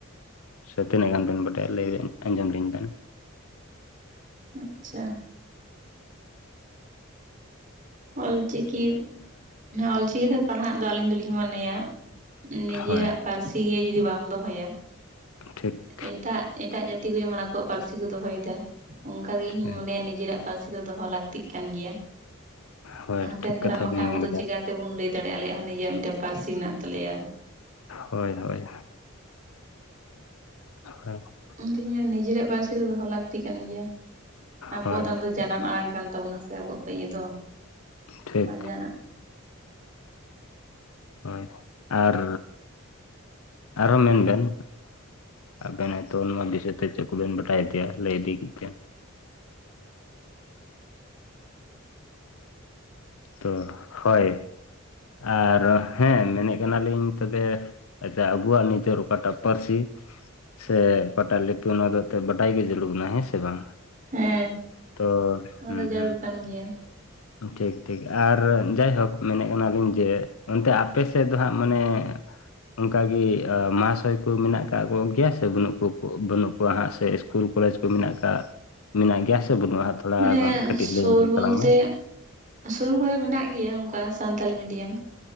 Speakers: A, on the left; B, on the right.
A: ᱥᱮ ᱛᱤᱱᱟᱹᱜ ᱜᱟᱱ ᱵᱮᱱ ᱵᱟᱰᱟᱭᱟ ᱞᱟᱹᱭ ᱵᱮᱱ ᱟᱸᱡᱚᱢ ᱞᱤᱧ ᱵᱮᱱ᱾
B: ᱟᱪᱪᱷᱟ ᱚᱞᱪᱤᱠᱤ ᱚᱞᱪᱤᱠᱤ ᱛᱮ ᱯᱟᱲᱦᱟᱜ ᱫᱚ ᱟᱞᱤᱧ ᱫᱚᱞᱤᱧ ᱢᱚᱱᱮᱭᱟ ᱱᱤᱡᱮᱨᱟᱜ
A: ᱦᱳᱭ
B: ᱯᱟᱹᱨᱥᱤ ᱜᱮ ᱡᱩᱫᱤ ᱵᱟᱢ ᱫᱚᱦᱚᱭᱟ
A: ᱴᱷᱤᱠ
B: ᱮᱴᱟᱜ ᱮᱴᱟᱜ ᱡᱟᱹᱛᱤ ᱠᱚ ᱡᱮᱢᱚᱱ ᱟᱠᱚᱣᱟᱜ ᱯᱟᱹᱨᱥᱤ ᱠᱚ ᱫᱚᱦᱚᱭᱫᱟ ᱚᱝᱠᱟ ᱜᱮ
A: ᱴᱷᱤᱠ
B: ᱤᱧᱤᱧ ᱢᱚᱱᱮᱭᱟ ᱱᱤᱡᱮᱨᱟᱜ ᱯᱟᱹᱨᱥᱤ ᱫᱚ ᱫᱚᱦᱚ ᱞᱟᱠᱛᱤᱜ ᱠᱟᱱ ᱜᱮᱭᱟ
A: ᱦᱳᱭ
B: ᱦᱟᱯᱮᱱ
A: ᱴᱷᱤᱠ
B: ᱫᱟᱨᱟᱢ
A: ᱠᱟᱛᱷᱟ
B: ᱵᱟᱠᱷᱟᱡ
A: ᱵᱮᱱ
B: ᱟᱵᱚ
A: ᱢᱮᱱ
B: ᱫᱚ
A: ᱠᱮᱫᱟ
B: ᱪᱤᱠᱟ ᱛᱮᱵᱩᱱ ᱞᱟᱹᱭ ᱫᱟᱲᱮᱭᱟᱜ-ᱟ ᱟᱞᱮᱭᱟᱜ ᱦᱚᱸ ᱱᱤᱡᱮᱨᱟᱜ ᱢᱤᱫᱴᱟᱝ ᱯᱟᱹᱨᱥᱤ ᱢᱮᱱᱟᱜ ᱛᱟᱞᱮᱭᱟ
A: ᱦᱳᱭ ᱦᱳᱭ ᱦᱮᱸ <inaudible>
B: ᱤᱧᱫᱚᱧ ᱢᱮᱱ ᱱᱤᱡᱮᱨᱟᱜ ᱯᱟᱹᱨᱥᱤ ᱫᱚ ᱫᱚᱦᱚ ᱞᱟᱠᱛᱤ ᱠᱟᱱ ᱜᱮᱭᱟ ᱟᱵᱚᱣᱟᱜ
A: ᱦᱳᱭ
B: ᱫᱚ ᱡᱟᱱᱟᱢ ᱟᱲᱟᱝ ᱠᱟᱱ ᱛᱟᱵᱚᱱᱟ ᱥᱮ ᱟᱵᱚᱣᱟᱜ ᱯᱟᱹ ᱤᱭᱟᱹ ᱫᱚ
A: ᱴᱷᱤᱠ
B: ᱡᱟᱦᱟᱱᱟᱜ
A: ᱦᱳᱭ ᱟᱨ ᱟᱨᱚ ᱢᱮᱱ ᱵᱮᱱ ᱟᱵᱮᱱ ᱦᱚᱭᱛᱳ ᱱᱚᱣᱟ ᱵᱤᱥᱚᱭ ᱛᱮ ᱪᱮᱫ ᱠᱚᱵᱮᱱ ᱵᱟᱰᱟᱭ ᱛᱮ ᱞᱟᱹᱭ ᱤᱫᱤ ᱠᱟᱛᱮ ᱛᱚ ᱦᱚᱭ ᱟᱨ ᱦᱮᱸ ᱢᱮᱱᱮᱫ ᱠᱟᱱᱟᱞᱤᱧ ᱛᱚᱵᱮ ᱟᱪᱪᱷᱟ ᱟᱵᱩᱣᱟᱜ ᱱᱤᱡᱮᱨ ᱚᱠᱟᱴᱟᱜ ᱯᱟᱹᱨᱥᱤ ᱥᱮ ᱚᱠᱟᱴᱟᱜ ᱞᱤᱯᱤ ᱚᱱᱟ ᱫᱚ ᱮᱛᱮ ᱵᱟᱰᱟᱭ ᱜᱮ ᱡᱟᱨᱩᱲ ᱠᱟᱱᱟ ᱦᱮᱸ ᱥᱮ ᱵᱟᱝ
B: ᱦᱮᱸ
A: ᱛᱚ
B: ᱚᱱᱟ
A: ᱦᱩᱸ
B: ᱫᱚ ᱡᱟᱹᱨᱩᱲ
A: ᱦᱩᱸ
B: ᱠᱟᱱ ᱜᱮᱭᱟ
A: ᱴᱷᱤᱠ ᱴᱷᱤᱠ ᱟᱨ ᱡᱟᱭᱦᱳᱠ ᱢᱮᱱᱮᱫ ᱠᱟᱱᱟᱞᱤᱧ ᱡᱮ ᱚᱱᱛᱮ ᱟᱯᱮ ᱥᱮᱫ ᱫᱚ ᱦᱟᱸᱜ ᱢᱟᱱᱮ ᱚᱝᱠᱟ ᱜᱤ ᱢᱟᱦᱟᱥᱚᱭ ᱠᱩ ᱢᱮᱱᱟᱜ ᱠᱟᱜ ᱠᱚᱜᱮᱭᱟ ᱥᱮ ᱵᱟᱹᱱᱩᱜ ᱠᱩ ᱠᱩ ᱵᱟᱹᱱᱩᱜ ᱠᱚᱣᱟ ᱦᱟᱸᱜ ᱥᱮ ᱠᱩᱞ ᱠᱚᱞᱮᱡᱽ ᱠᱩ ᱢᱮᱱᱟᱜ ᱠᱟᱜ ᱢᱮᱱᱟᱜ ᱜᱮᱭᱟ ᱥᱮ ᱵᱟᱹᱱᱩᱜᱼᱟ ᱛᱷᱚᱲᱟ
B: ᱢᱟᱱᱮ
A: ᱜᱟᱱ ᱠᱟᱹᱴᱤᱡ
B: ᱥᱳᱨ
A: ᱞᱟᱹᱭ ᱟᱸᱡᱚᱢ
B: ᱵᱚᱞᱛᱮ
A: ᱛᱟᱞᱟᱝ ᱢᱮ
B: ᱥᱩᱨ ᱠᱚᱨᱮ ᱢᱮᱱᱟᱜ ᱜᱮᱭᱟ ᱚᱝᱠᱟ ᱥᱟᱱᱛᱟᱞᱤ ᱢᱤᱰᱤᱭᱟᱢ